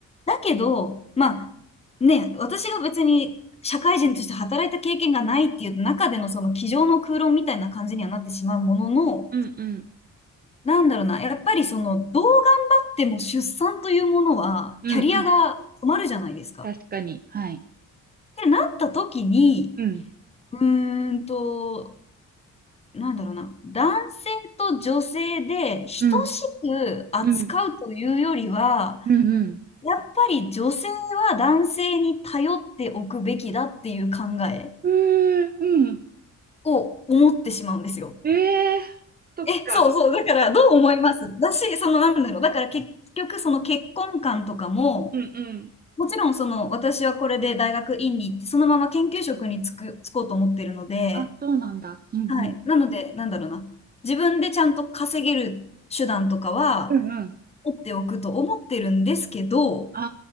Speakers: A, on the left; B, on the right.
A: だけど、まあ、ね、私が別に社会人として働いた経験がないっていう中でのその机上の空論みたいな感じにはなってしまうものの、
B: うんうん。
A: なんだろうな、やっぱりその、どう頑張っても出産というものは、
B: うんうん。
A: キャリアが止まるじゃないですか。
B: 確かに。はい。
A: ってなった時に、
B: うん。
A: うーんと、なんだろうな、男性と女性で等し
B: うん。
A: く扱うというよりは、
B: うん。うんうん。
A: やっぱり女性は男性に頼っておくべきだっていう考え
B: うーん。うん。
A: を思ってしまうんですよ。
B: ええー。そっか。
A: え、そうそう。だからどう思いますだし、そのなんだろう。だから結局その結婚観とかも、
B: うんうん。
A: もちろんその私はこれで大学院に行ってそのまま研究職に就く、就こうと思ってるので、
B: あ、そうなんだ。うんうん。
A: はい。なので、なんだろうな。自分でちゃんと稼げる手段とかは
B: うんうん。
A: 持っておくと思ってるんですけど、
B: あ